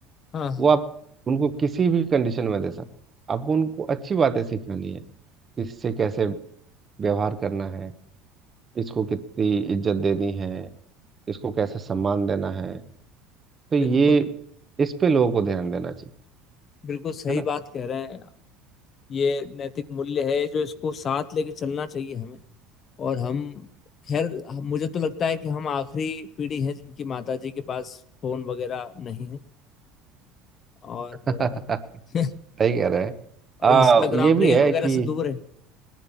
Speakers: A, on the left; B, on the right.
A: हाँ हाँ
B: वो आप उनको किसी भी कंडीशन में दे सकते आपको उनको अच्छी बातें सिखानी है इससे कैसे व्यवहार करना है इसको कितनी इज्जत देनी है इसको कैसे सम्मान देना है तो ये
A: बिल्कुल
B: इस पे लोगों को ध्यान देना चाहिए
A: बिल्कुल सही
B: है ना
A: बात कह रहे हैं आप ये नैतिक मूल्य है जो इसको साथ लेके चलना चाहिए हमें और हम खैर हम- मुझे तो लगता है कि हम आखिरी पीढ़ी है जिनकी माताजी के पास फोन वगैरह नहीं है और
B: <laughs>
A: <laughs>
B: सही कह रहे हैं आ,
A: इंस्टाग्राम
B: ये भी
A: रील
B: है
A: वगैरह
B: कि
A: से दूर है